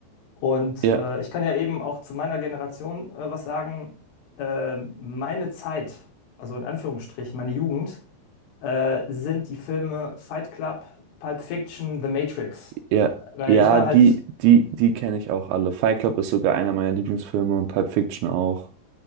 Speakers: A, on the left (about 70°); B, on the right (about 75°).
A: Und
B: ja,
A: äh, ich kann ja eben auch zu meiner Generation äh, was sagen. Äh, meine Zeit, also in Anführungsstrichen, meine Jugend, äh, sind die Filme Fight Club, Pulp Fiction, The Matrix.
B: ja.
A: Weil
B: Ja,
A: ich war
B: die,
A: halt,
B: die, die kenne ich auch alle. Fight Club ist sogar einer meiner Lieblingsfilme und Pulp Fiction auch.